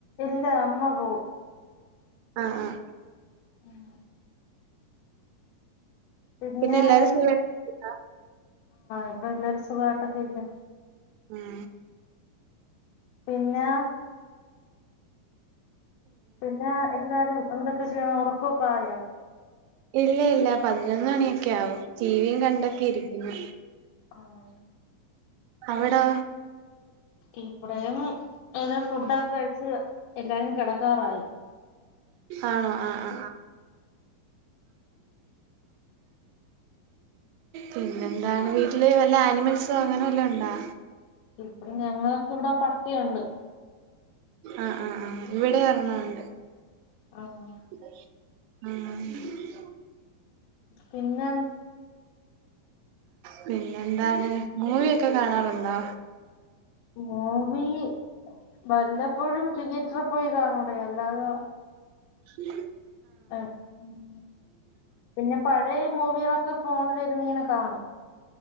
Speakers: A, on the left (about 85°); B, on the right (about 80°).
A: ഇല്ല അമ്മ പോവും
B: ആഹ് ആഹ്
A: ഉം പിന്നെവേറെ
B: പിന്നെ എല്ലാരും സുഖായിട്ടിരിക്കുന്നോ
A: ന്തോ ഇവിടെ എല്ലാരും സുഖമായിട്ടൊക്കെ ഇരിക്കുന്നു
B: ഉം
A: പിന്നെ പിന്നെ എല്ലാരും എന്തൊക്കെ ചെയ്യണ് ഉറക്കൊക്കെ ആയോ.
B: ഇല്ല ഇല്ല പതിനൊന്ന് മണിയൊക്കെ ആകും ടീ വിയും കണ്ടൊക്കെ ഇരിക്കുന്നു.
A: ആഹ്
B: അവിടോ
A: ഇവടേയും എല്ലാം ഫുഡൊക്കെ കഴി ച്ച് എല്ലാരും കിടക്കാറായി.
B: ആഹ് ആ ആ പിന്നെന്താണ് വീട്ടില് വല്ല ആനിമൽസോ അങ്ങനെ വല്ലോണ്ടോ?
A: ഇൽ പ്പെടും ഞങ്ങളൊക്കെ ഇവടെ പട്ടിയുണ്ട്.
B: ആഹ് ആഹ് ആഹ് ഇവിടേം ഒരെണ്ണം ഉണ്ട്.
A: ആഹ്
B: ആഹ്
A: പിന്നെം
B: പിന്നെന്താണ് മൂവി ഒക്കെ കാണാറുണ്ടോ
A: മൂവി വല്ലപ്പോഴും തിയേറ്ററി പോയി കാണൂടി അല്ലാതെ
B: <inaudible>
A: അഹ് ഉം പിന്നെ പഴേ മൂവികളൊക്കെ ഫോണിലിരുന്ന് ഇങ്ങനെ കാണും.